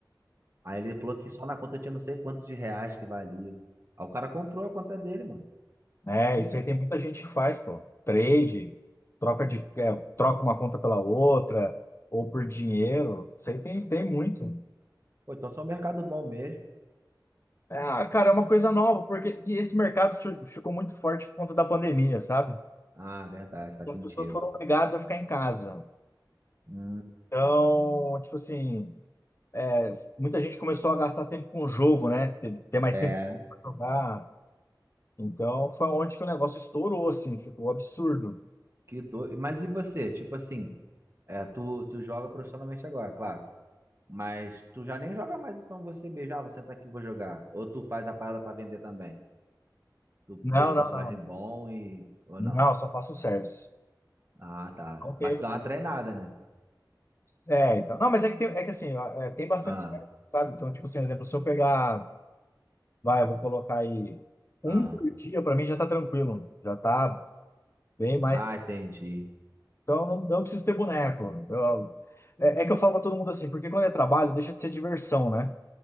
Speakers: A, on the right; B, on the left.
A: Aí ele falou que só na conta tinha não sei quanto de reais que valia. Aí o cara comprou a conta dele, mano,
B: É, isso
A: né?
B: aí tem muita gente que faz, pô. Trade, troca de, é, troca uma conta pela outra, ou por dinheiro. Isso aí tem, tem muito.
A: Pô, então só é um mercado bom mesmo.
B: É, ah, cara, é uma coisa nova, porque e esse mercado sur- ficou muito forte por conta da pandemia, sabe?
A: Ah, verdade, faz
B: E as
A: sentido.
B: pessoas foram obrigadas a ficar em casa.
A: Hum,
B: Então, tipo assim, é, muita gente começou a gastar tempo com o jogo, né? Ter ter mais
A: é,
B: tempo pra jogar. Então, foi onde que o negócio estourou, assim, ficou absurdo.
A: que doido. Mas e você? Tipo assim, é, tu, tu joga profissionalmente agora, claro. Mas tu já nem joga mais, então você beijar, você tá aqui, vou jogar. Ou tu faz a parada pra vender também. Tu
B: Não,
A: deixa
B: não,
A: o personagem
B: não.
A: bom e. Ou
B: Não,
A: não.
B: eu só faço um service.
A: Ah, tá.
B: Não teve.
A: Mas tu dá uma treinada, né?
B: É, então. Não, mas é que tem, é que assim, ó, é, tem bastante
A: Ah,
B: service, sabe? Então, tipo assim, exemplo, se eu pegar, vai, eu vou colocar aí um
A: ah.
B: por dia, pra mim já tá tranquilo. Já tá bem mais.
A: Ah, entendi.
B: Então, eu não, eu não preciso ter boneco. Eu- é, é que eu falo pra todo mundo assim, porque quando é trabalho, deixa de ser diversão, né?